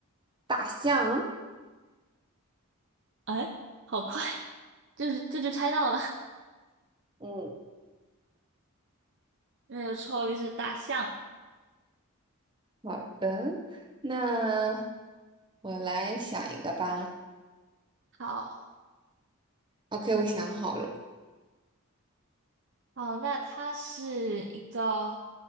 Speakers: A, on the right; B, on the right.
A: 大象。
B: 哎，好快，<laughs> 就是这就猜到了，
A: 嗯，
B: <laughs> 没有错，就是大象。
A: 好的，那我来想一个吧。
B: 好，
A: OK，我想好了，
B: 好，那它是一个